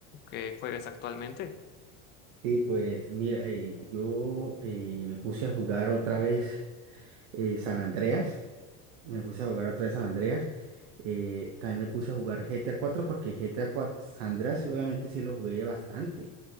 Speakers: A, on the left; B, on the right.
A: que juegues actualmente?
B: Sí, pues mira, eh, yo eh, me puse a jugar otra vez eh, San Andreas, me puse a jugar otra vez San Andreas, eh, también me puse a jugar GTA 4 porque GTA 4 San Andreas obviamente sí lo jugué bastante,